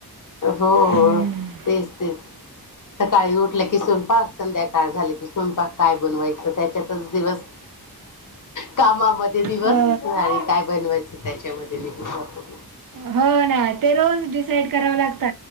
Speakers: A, on the left; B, on the right.
A: हो
B: हम्म.
A: तेच, तेच. सकाळी उठले की स्वयंपाक, संध्याकाळ झाले की स्वयंपाक. काय बनवायच त्याच्यातच दिवस कामा मध्ये ते दिवस
B: हो
A: आणि काय बनवायचं त्याच्यामध्ये निघून जातो.
B: हो ना ते रोज डिसाईड कराव लागता.